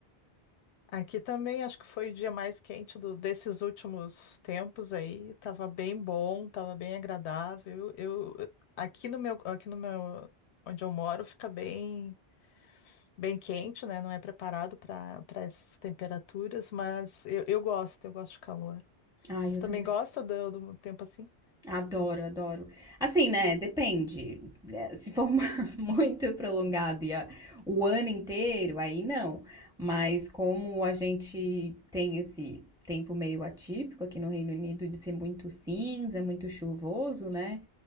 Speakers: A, on the left (about 85°); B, in the centre.
A: Aqui também acho que foi o dia mais quente do- desses últimos tempos aí. Tava bem bom, tava bem agradável. Eu aqui no meu, aqui no meu onde eu moro fica bem bem quente, né? Não é preparado para para essas temperaturas, mas eu, eu gosto, eu gosto de calor.
B: Ah,
A: Tu
B: eu
A: também
B: também.
A: gosta do, do tempo assim?
B: Adoro, adoro. Assim, né? Depende. É, Se for uma- <laughs> muito prolongado e a- o ano inteiro, aí não. Mas como a gente tem esse tempo meio atípico aqui no Reino Unido de ser muito cinza, muito chuvoso, né?